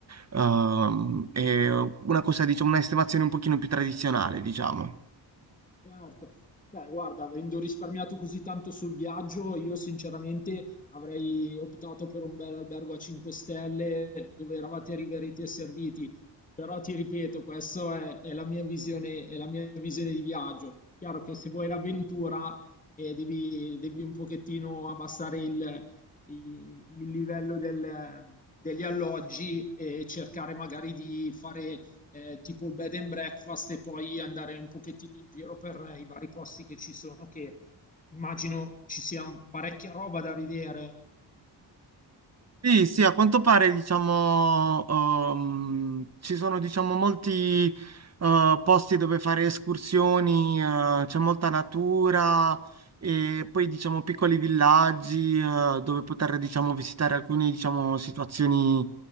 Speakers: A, on the right; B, on the left.
A: ehm, è una cosa, diciamo, un'estimazione un pochino più tradizionale, diciamo.
B: Certo. Beh, guarda, avendo risparmiato così tanto sul viaggio, io sinceramente avrei optato per un bel albergo a 5 stelle dove eravate riveriti e serviti. Però ti ripeto, questa è, è la mia visione, è la mia visione di viaggio. Chiaro che se vuoi l'avventura eh, devi, devi un pochettino abbassare il, i- il livello del- degli alloggi e cercare magari di fare eh, tipo il bed and breakfast e poi andare un pochettino in giro per eh, i vari posti che ci sono, che immagino ci sia parecchia roba da vedere
A: Sì, sì, a quanto pare, diciamo, ehm, ci sono, diciamo, molti, eh, posti dove fare escursioni, eh, c'è molta natura e poi, diciamo, piccoli villaggi, eh, dove poter, diciamo, visitare alcune, diciamo, situazioni,